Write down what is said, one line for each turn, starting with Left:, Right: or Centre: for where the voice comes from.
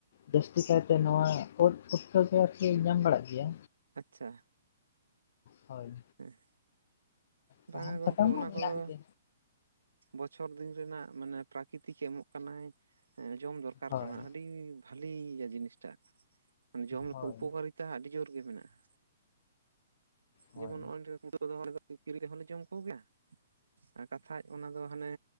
Left: ᱡᱟᱹᱥᱛᱤ ᱠᱟᱭᱛᱮ ᱱᱚᱣᱟ ᱩᱫᱽ ᱯᱩᱴᱠᱟᱹ ᱠᱟ ᱚᱨᱠᱤ ᱧᱟᱢ ᱵᱟᱲᱟᱜ ᱜᱮᱭᱟ᱾
Right: ᱟᱪᱪᱷᱟ᱾
Left: ᱦᱳᱭ᱾
Right: ᱦᱮᱸ᱾ ᱵᱟᱝᱟ
Left: ᱥᱟᱦᱟᱱ
Right: ᱜᱚᱝᱠᱮ
Left: ᱥᱟᱠᱟᱢ
Right: ᱚᱱᱟ
Left: ᱢᱟ ᱢᱮᱱᱟᱜ
Right: ᱠᱚᱫᱚ
Left: ᱜᱮ᱾
Right: ᱵᱚᱪᱷᱚᱨ ᱫᱤᱱ ᱨᱮᱱᱟᱜ ᱢᱟᱱᱮ ᱯᱨᱟᱠᱛᱤᱠᱮ ᱮᱢᱚᱜ ᱠᱟᱱᱟᱭ ᱮᱸ ᱡᱚᱢ ᱫᱚᱨᱠᱟᱨ
Left: ᱦᱳᱭ
Right: ᱠᱟᱱᱟ᱾ ᱟᱹᱰᱤ ᱵᱷᱟᱞᱤᱭᱟ ᱡᱤᱱᱤᱥᱴᱟᱜ᱾ ᱢᱟᱱᱮ ᱡᱚᱢ ᱞᱮᱠᱷᱟᱱ
Left: ᱦᱳᱭ
Right: ᱩᱯᱚᱠᱟᱨᱤᱛᱟ ᱟᱹᱰᱤ ᱡᱳᱨ ᱜᱮ ᱢᱮᱱᱟᱜᱼᱟ᱾
Left: ᱦᱳᱭ
Right: ᱡᱮᱢᱚᱱ ᱱᱚᱜᱼᱚᱭ <unintelligible> ᱠᱤᱨᱤ ᱛᱮᱦᱚᱸᱞᱮ ᱡᱚᱢ ᱠᱚᱜᱮᱭᱟ᱾ ᱟ ᱠᱟᱛᱷᱟᱡ ᱚᱱᱟ ᱫᱚ ᱦᱟᱱᱮ